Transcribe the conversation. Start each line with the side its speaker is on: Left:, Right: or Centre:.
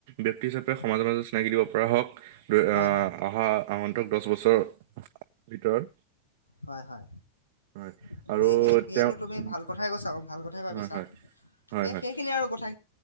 Right: ব্যক্তি হিচাপে
Left: হয়
Right: সমাজৰ মাজত চিনাকি দিব পৰা হওক আহ
Left: হয়
Right: অহা আহ দহ বছৰ ভিতৰত
Left: হয় হয় হয়
Right: হয়
Left: গতিকে
Right: আৰু
Left: সেই সেইনো
Right: তেওঁ
Left: তুমি
Right: উম,
Left: ভাল কথাই কৈছা ভাল কথাই ভাবিছা
Right: হয় হয় হয়
Left: গতিকে
Right: হয়
Left: সেইখিনি আৰু কথা।